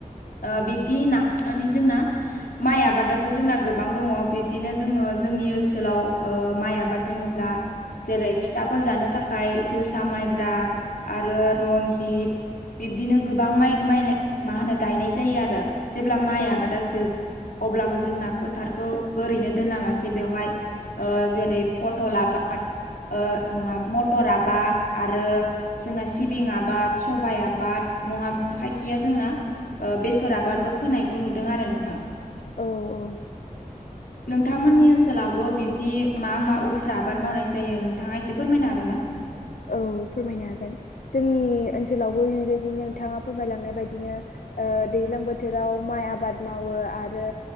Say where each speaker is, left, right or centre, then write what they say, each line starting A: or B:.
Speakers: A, on the left (about 90°); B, on the left (about 70°).
A: ओ बिब्दि नाखांनानै जोंना माइ आबादाथ' जोंना गोबां दङ बिब्दिनो जोङो जोंनि ओनसोलाव माइ आबाद बुङोब्ला, जेरै फिथाफोर जानो थाखाय जोसा माइब्रा आरो रनजित बिब्दिनो गोबां माइ माइ मा होनो गायनाय जायो। आरो जेब्ला माइ
B: औ
A: आबादा जोब अब्लाबो जोंना फोथारखौ ओरैनो दोना लासे बेवहाय ओ जेरै पटल आबाद नङा मटर आबाद आरो जोंना सिबिं आबाद सबाइ आबाद नङाब्ला खायसेया जोंना बेसर आबादबो फोनायखौ नुदों आरो नोंथां
B: औ औ
A: नोंथांमोननि ओनसोलावबो बिब्दि मा मा उफ्रा आबाद मावनाय जायो नोंथाङा एसे फोरमायनो हागोन ना?
B: औ फोरमायनो हागोन जोंनि ओनसोलावबो बेबायदि नोंथाङा फोरमायलांनाय बायदिनो ओ दैज्लां बोथोराव माइ आबाद मावो आरो